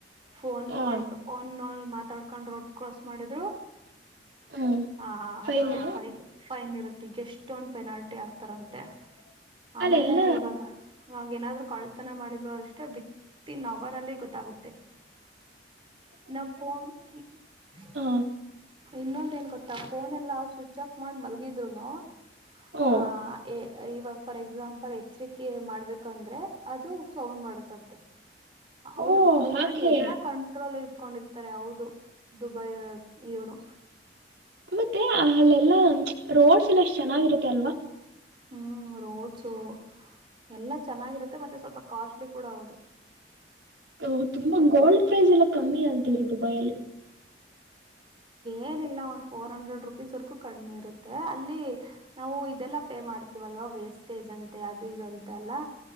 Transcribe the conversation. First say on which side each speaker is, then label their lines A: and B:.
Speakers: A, on the right; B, on the right.
A: ಫೋನ್
B: ಆ
A: ಮಾಡ್ಕ ಫೋನ್ <unintelligible> ತಡ್ಕೊಂಡ್ ರೋಡ್ <unintelligible> ಮಾಡುದ್ರು
B: ಹ್ಮ್
A: ಹ
B: ಫೈನಾ
A: ಅಷ್ಟೇ ಫೈನ್ ಫೈನ್ ಇರುತ್ ಎಷ್ಟೊನ್ದ್ ಪೆನಾಲ್ಟಿ ಆಗ್ತಾರಂತೆ ಆಮೇಲೆ
B: ಅಲ್ಲೆಲ್ಲಾ
A: ಇವಾಗ ಅವಾಗ್ ಏನಾದ್ರು ಕಳ್ ತನ ಮಾಡಿದ್ರು ಅಷ್ಟೇ ವಿತ್ತಿನ್ ಅವರಲ್ಲಿ ಗೊತ್ತಾಗುತ್ತೆ ನೋ <unintelligible>
B: ಹಾ
A: ಇನ್ನೊಂದ ಏನ್ ಗೊತ್ತಾಫೋನ್ ಎಲ್ಲ ಸ್ವಿಚ್ ಆಫ್ ಮಾಡಿ ಮಲ್ಗಿದ್ರುನು
B: ಓ
A: ಆಹ್ ಎ ಇವಾಗ್ ಫಾರ್ ಎಕ್ಸಾಂಪಲ್ ಎಚ್ರಿಕೆ ಮಾಡ್ಬೇಕಂದ್ರೆ ಅದು ಸೌಂಡ್ ಮಾಡುತ್ತಂತೆ ಅವ್ರು
B: ಓ
A: ಫೋನ್
B: ಹಾಗೆ
A: ಎಲ್ಲ ಕಂಟ್ರೋಲ್ ಇಟ್ಕೊಂಡಿರ್ತಾರೆ ಹೌದು ದುಬೈ ಇವ್ರು
B: ಮತ್ತೆ ಅಲ್ಲೆಲ್ಲಾ ರೋಡ್ಸ್ ಎಲ್ಲ ಎಷ್ಟ್ ಚೆನ್ನಾಗಿರುತ್ತೆ ಅಲ್ವಾ
A: ಹ್ಮ್ ರೋಡ್ಸು ಎಲ್ಲ ಚೆನ್ನಾಗಿರುತ್ತೆ ಮತ್ತೆ ಸ್ವಲ್ಪ ಕಾಸ್ಟ್ಲಿ ಕೂಡ ಹೌದು
B: ಹ ತುಂಬಾ ಗೋಲ್ಡ್ ಪ್ರೈಸ್ ಎಲ್ಲ ಕಮ್ಮಿ ಅಂತರಿ ದುಬೈಯಲ್ಲಿ
A: ಏನಿಲ್ಲ ಒಂದ್ ಫೋರ್ ಹಂಡ್ರೆಡ್ ರುಪೀಸೊರ್ಗೂ ಕಡ್ಮೆ ಇರುತ್ತೆ ಅಲ್ಲಿ ನಾವು ಇದೆಲ್ಲಾ ಪೇ ಮಾಡ್ತೀವಲ್ವಾ ವೇಸ್ಟೇಜ್ ಅಂತೆ ಅದು ಇದ್ ಅಂತೆ ಎಲ್ಲ